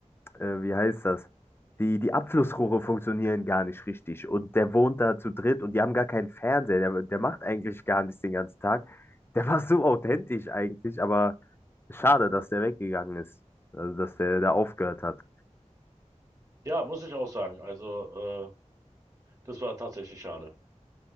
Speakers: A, on the left; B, on the right.
A: äh, wie heißt das? Die, die Abflussrohre funktionieren gar nicht richtig und der wohnt da zu dritt und die haben gar keinen Fernseher. Der, der macht eigentlich gar nichts den ganzen Tag. Der war so authentisch eigentlich, aber Schade, dass der weggegangen ist. Also, dass der da aufgehört hat.
B: Ja, muss ich auch sagen. Also, äh, das war tatsächlich schade.